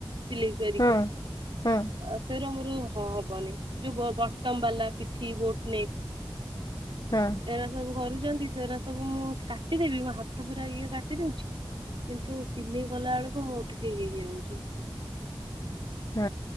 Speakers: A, on the right (about 70°); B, on the left (about 50°).
A: ଫିଲି କରିକି
B: ହଁ ହଁ
A: ଆ ସେରା ମର ହଁ ହବନି ଯୋଉ ବଟମ ବାଲା ପିଠି ବୋଟ ନ
B: ହଁ
A: ସେ ସବୁ କରୁଛନ୍ତି ସେରାା ସବୁ ମୁଁ କାଟିଦେବି ପୁରା ଇଏ କାଟି ଦଉଛି କିନ୍ତୁ ସିଲେଇ କଲା ବେଳକୁ ମୁୋ ଟିକେ ଇଏ ହେଇଯାଉଛି
B: ହୁଁ